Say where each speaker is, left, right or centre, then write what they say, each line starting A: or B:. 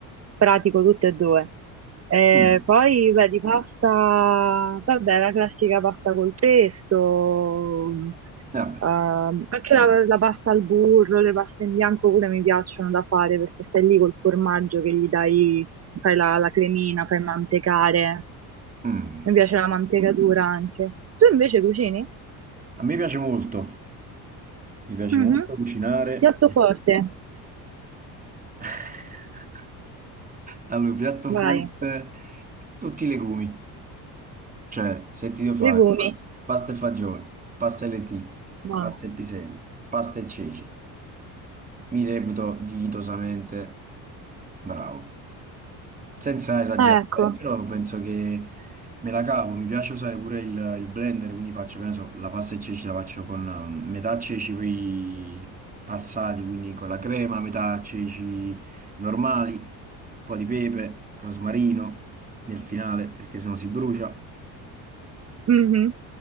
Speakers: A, on the right (about 35°); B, on the right (about 20°).
A: pratico tutte e due. Eh,
B: Mm.
A: poi, beh, di pasta, vabbè, la classica pasta col pesto,
B: Vabbè.
A: ehm, anche la, la pasta al burro, le paste in bianco pure mi piacciono da fare perché stai lì col formaggio che gli dai, fai la, la cremina, fai mantecare,
B: Mm.
A: mi piace la mantecatura anche. Tu invece cucini?
B: A me piace molto, mi piace
A: Mhm.
B: molto cucinare.
A: Piatto forte,
B: <laughs> Allora, piatto
A: vai.
B: forte, tutti i legumi, cioè se ti devo fare
A: Legumi.
B: pasta e fagioli, pasta e lenticchie,
A: Buono.
B: pasta e piselli, pasta e ceci, mi reputo dignitosamente bravo. senza esagerare,
A: Ah, ecco.
B: Beh, però penso che me la cavo, mi piace usare pure il, il blender, quindi faccio, che ne so, la pasta e ceci la faccio con eh, metà ceci poi passati, quindi con la crema, metà ceci normali, un po' di pepe, rosmarino nel finale, perché sennò si brucia.
A: Mhm.